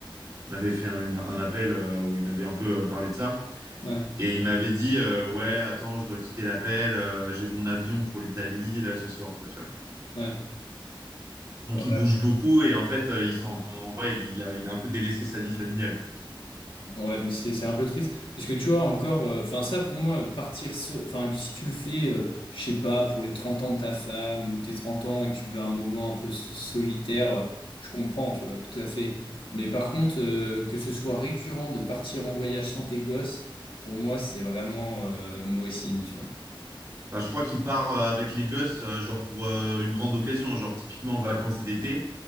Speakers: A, on the right; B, on the left.
A: m'avait fait un, un appel euh, où il m'avait un peu euh, parlé de ça.
B: ouais,
A: Et il m'avait dit, euh, ouais, attends, je dois quitter l'appel, euh, j'ai mon avion pour l'Italie, là, ce soir, quoi, tu vois.
B: ouais,
A: Donc,
B: ouais,
A: il bouge beaucoup et en fait, euh, il s'en, ouais, il a, il a un peu délaissé sa vie familiale.
B: ouais, mais c'est, c'est un peu triste. Parce que tu vois, encore, euh, enfin, ça, pour moi, partir seul, enfin, si tu le fais, euh, je sais pas, pour les 30 ans de ta femme, ou tes 30 ans, et que tu veux un moment un peu s- solitaire, euh, je comprends, tu vois, tout à fait. Mais par contre, euh, que ce soit récurrent de partir en voyage sans tes gosses, pour moi, c'est vraiment, euh, mauvais signe, tu vois.
A: Bah, je crois qu'il part euh, avec les gosses, euh, genre pour euh, une grande occasion, genre typiquement vacances d'été.